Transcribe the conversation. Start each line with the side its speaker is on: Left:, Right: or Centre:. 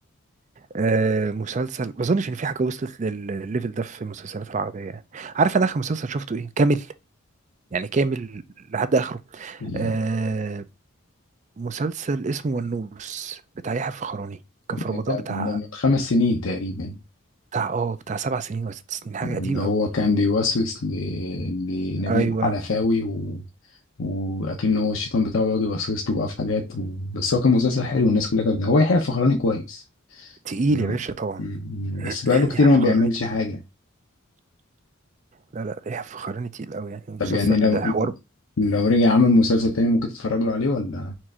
Right: آه مسلسل ما اظنش ان في حاجه وصلت للليفل ده في المسلسلات العربيه يعني عارف انا اخر مسلسل شفته ايه كامل يعني كامل لحد اخره
Left: إيه
Right: آه مسلسل اسمه ونوس بتاع يحيى الفخراني كان في
Left: ده
Right: رمضان
Left: ده
Right: بتاع
Left: من خمس سنين تقريبا
Right: بتاع اه بتاع سبع سنين ولا ست سنين حاجه
Left: ان
Right: قديم
Left: هو
Right: قوي
Left: كان بيوسوس ل- لنبيل
Right: ايوه
Left: حلفاوي و... واكن هو الشيطان بتاعه بيقعد يوسوس له بقى في حاجات و... بس هو كان مسلسل حلو والناس كلها كانت هو يحيى الفخراني كويس
Right: تقيل
Left: لا.
Right: يا باشا طبعا
Left: م-
Right: <clears throat>
Left: بس بقاله
Right: يحيى
Left: كتير ما
Right: الفخراني
Left: بيعملش
Right: تقيل
Left: حاجة
Right: لا لا يحيى الفخراني تقيل قوي يعني مسلسل
Left: طب يعني لو لو
Right: حوار
Left: لو رجع عمل مسلسل تاني ممكن تتفرج له عليه ولا